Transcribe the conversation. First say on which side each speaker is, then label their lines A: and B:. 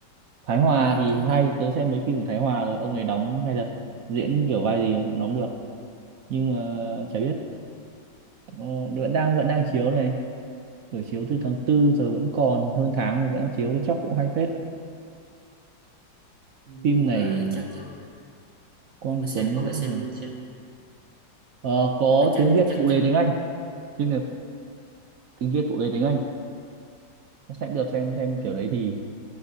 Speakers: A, on the right; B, on the right.
A: Thái Hòa
B: ông
A: thì
B: kiểu đó
A: hay tớ xem mấy phim của Thái Hòa rồi ông này đóng hay thật diễn kiểu vai gì ông cũng đóng được nhưng mà chả biết nó vẫn đang vẫn đang chiếu này buổi chiếu từ tháng tư giờ vẫn còn hơn tháng mà vẫn đang chiếu thì chắc cũng hay phết
B: nhưng
A: phim này
B: mà rồi chắc chắc
A: Quang
B: nhưng mà xem
A: Tuấn
B: có vẻ
A: diễn
B: xem
A: hàng
B: xem
A: ờ, có
B: nhưng mà chắc
A: tiếng Việt
B: chắc
A: phụ
B: chắc
A: đề tiếng Anh phim này phụ- tiếng Việt phụ đề tiếng Anh sẽ được xem xem kiểu đấy thì